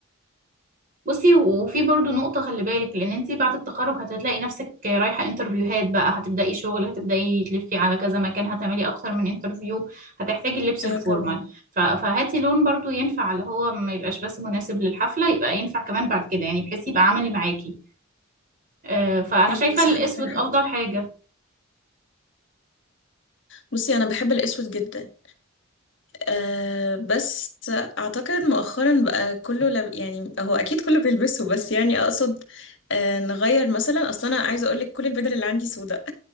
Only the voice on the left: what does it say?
اه
طبعا
ايوه
صح
عندك حق
بصي انا بحب الاسود جدا أه بس أعتقد مؤخرا بقى كله لب... يعني هو أكيد كله بيلبسه بس يعني أقصد أه نغير مثلا أصلا أنا عايزة أقولك كل البدل اللي عندي سودة